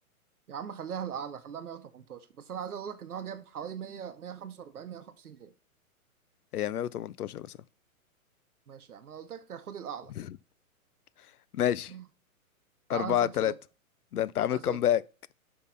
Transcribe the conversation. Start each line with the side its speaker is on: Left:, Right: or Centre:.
Right: يا عم خليها الأعلى خليها 118 بس أنا عايز أقول لك إن هو جاب حوالي 100 145 150 جول
Left: هي 118 يا صاحبي
Right: ماشي يا عم أنا قلت لك خد الأعلى
Left: <laughs> ماشي
Right: <laughs> تعالى
Left: 4
Right: أسألك
Left: 3
Right: سؤال
Left: ده انت عامل
Right: تعالى
Left: كامباك
Right: أسألك سؤال